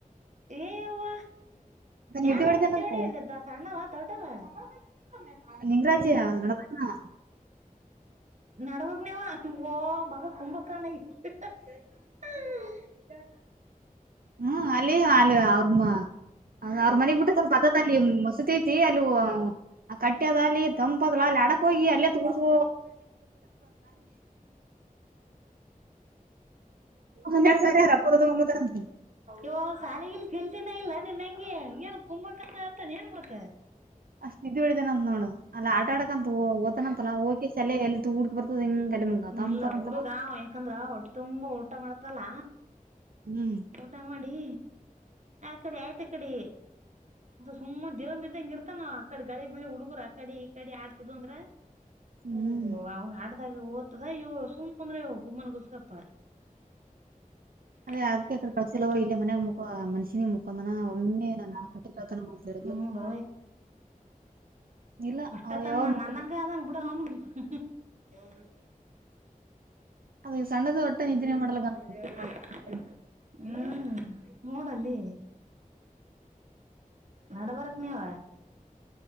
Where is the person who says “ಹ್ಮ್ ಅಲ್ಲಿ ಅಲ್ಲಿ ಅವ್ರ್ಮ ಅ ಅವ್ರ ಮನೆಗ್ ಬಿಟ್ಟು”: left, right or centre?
Right